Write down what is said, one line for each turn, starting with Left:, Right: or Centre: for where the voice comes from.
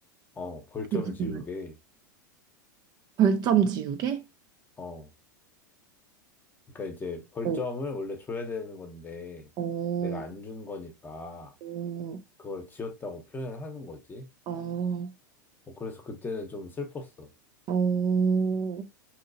Left: 어, 벌점
Right: 무슨
Left: 지우개.
Right: 말? 벌점 지우개?
Left: 어. 그러니까 이제 벌점을
Right: 어,
Left: 원래 줘야 되는 건데
Right: 어,
Left: 내가 안 준 거니까
Right: 어,
Left: 그걸 지었다고 표현을 하는 거지.
Right: 어,
Left: 어, 그래서 그때는 좀 슬펐어.
Right: 어.